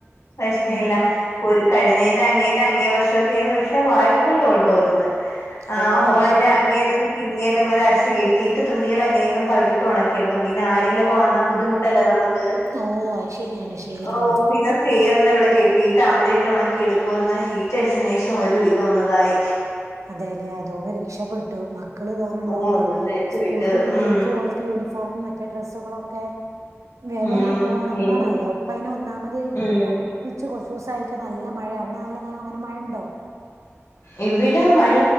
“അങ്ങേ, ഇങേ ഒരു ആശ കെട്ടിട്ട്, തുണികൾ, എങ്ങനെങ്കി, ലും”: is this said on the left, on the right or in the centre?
Left